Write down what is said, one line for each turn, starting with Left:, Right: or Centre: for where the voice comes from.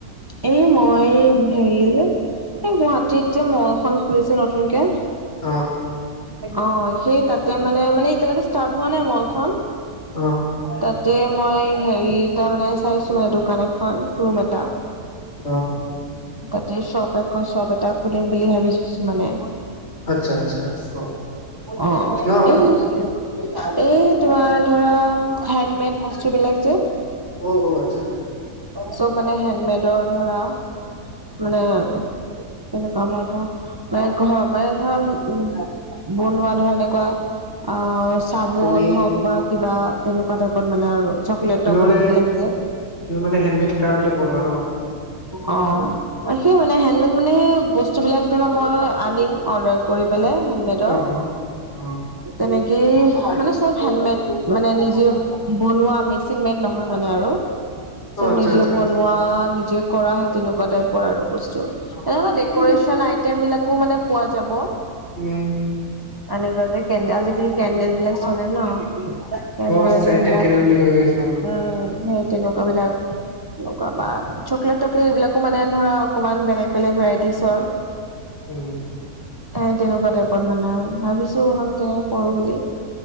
Right: এই মই হেৰি যে এই গুৱাহাটীত যে মল খন খুলিছে নতুনকে।
Left: অ
Right: অ সেই তাতে মানে মানে এতিয়ালৈকে ষ্টাৰ্ট হোৱা নাই মলখন।
Left: অ।
Right: তাতে মই হেৰি তাৰ মানে চাইছো মানে দোকান এখন ৰুম এটা।
Left: অ।
Right: তাতে শ্বপ আকৌ শ্বপ এটা খুলিম বুলি ভাবিছো মানে।
Left: আচ্ছা আচ্ছা। চক
Right: অ
Left: কিহৰ
Right: এই এই তোমাৰ ধৰা হেনমেড বস্তুবিলাক যে
Left: অ অ আচ্ছা আচ্ছা।
Right: চব মানে হেণ্ডমেডৰ ধৰা মানে তেনেকুৱাবোৰ ধৰ। মানে ঘৰ মানে ধৰা উম বনোৱা ধৰ এনেকুৱা আ
Left: আচ্ছা
Right: চাবোন
Left: তুমি
Right: হওক বা কিবা তেনেকুৱা টাইপ পত মানে আৰু চকলেট
Left: তুমি
Right: - টকলেট
Left: মানে
Right: বিলাক যে।
Left: তুমি মানে হেনমেড ক্ৰাফবিলাক বনোৱা ন?
Right: অ। সেই মানে, হেনমেড মানে সেই বস্তুবিলাক ধৰা মই আনিম, অৰ্ডাৰ কৰি পেলাই, হেনমেডৰ।
Left: অ', অ', অ।
Right: তেনেকেই মানে চব হেণ্ডমেড মানে নিজে বনোৱা মেচিন মেড নহয় মানে আৰু।
Left: অ',
Right: চব
Left: আচ্ছা
Right: নিজে
Left: আচ্ছা
Right: বনোৱা, নিজে কৰাহে তেনেকুৱা টাইপৰ আৰু বস্তু। এনেকুৱা
Left: অ', ঠিকেই
Right: ডেক'ৰেচন আইটেমবিলাকো মানে পোৱা যাব।
Left: উম।
Right: এনেকুৱা যে কেন্দেল আজিকালি কেন্দেল বিলাক চলে ন। কেন্দেল
Left: অ', চেণ্টেড
Right: সেইবিলাক,
Left: কেনেল বুলি কয় যে কিছুমান ন।
Right: উম সেই তেনেকুৱা বিলাক। এনেকুৱা বা, চকলেট - টকলেট এইবিলাকো মানে ধৰা অকমান বেলেগ - বেলেগ ভেৰাইটিচৰ।
Left: ওম।
Right: এ তেনেকুৱা টাইপত মানে আৰু ভাবিছো ভালকে কৰোঁ বুলি।